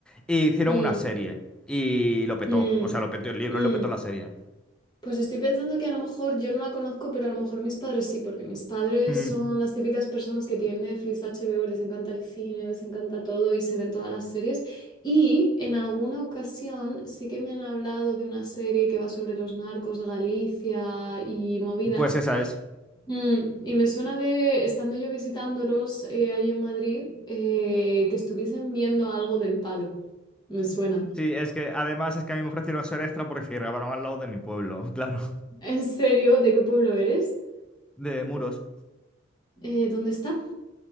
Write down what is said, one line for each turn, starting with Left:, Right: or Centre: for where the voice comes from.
Centre: Y hicieron
Left: mm,
Centre: una serie y lo petó,
Left: mm,
Centre: o sea, lo petó el libro
Left: mm.
Centre: y lo petó la serie.
Left: Pues estoy pensando que a lo mejor yo no la conozco, pero a lo mejor mis padres sí, porque mis padres
Centre: Mm,
Left: son las típicas personas que tienen Netflix, HBO, y les encanta el cine, les encanta todo y se ven todas las series. Y en alguna ocasión sí que me han hablado de una serie que va sobre los narcos de Galicia y movidas.
Centre: pues esa es.
Left: Mm, y me suena de, estando yo visitándolos eh, ahí en Madrid, eh, que estuviesen viendo algo del palo. Me suena.
Centre: Sí, es que además es que a mí me ofrecieron ser extra porque se grabaron al lado de mi pueblo, <laughs> claro,
Left: ¿En serio? ¿De qué pueblo eres?
Centre: de Muros.
Left: Eh, ¿dónde está?